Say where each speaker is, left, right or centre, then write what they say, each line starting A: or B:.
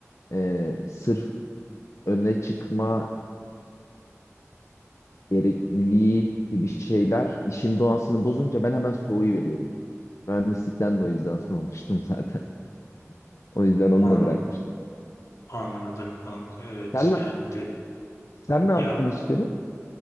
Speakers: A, on the left; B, on the left.
A: e, sırf öne çıkma gerekliliği gibi şeyler işin doğasını bozunca ben hemen soğuyu veriyorum. Mühendislikten de o yüzden soğumuştum zaten. <laughs> O yüzden onu
B: An,
A: da bırakmıştım.
B: anladım kanka. Evet
A: Sen ne,
B: yani de,
A: sen ne yaptın
B: ya
A: işleri?